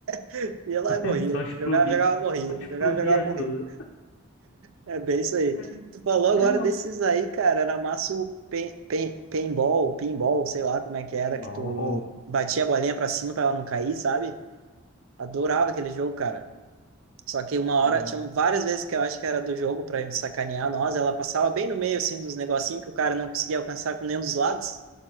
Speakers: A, on the right; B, on the left.
A: <laughs> Ia lá
B: <laughs>
A: e morria.
B: só explodia,
A: Jogava, jogava, morria.
B: só explodia
A: Jogava, jogava, morria.
B: tudo.
A: É bem isso aí.
B: Mas
A: Tu falou agora
B: era uma
A: desses aí, cara. Era massa o pen, pen, paintball, pinball, sei lá como é que era,
B: pinball,
A: que tu batia a bolinha pra cima pra ela não cair, sabe? Adorava aquele jogo, cara. Só que uma hora,
B: um-
A: tinham várias vezes que eu acho que era do jogo pra gente sacanear nós, ela passava bem no meio, assim, dos negocinhos que o cara não conseguia alcançar com nenhum dos lados.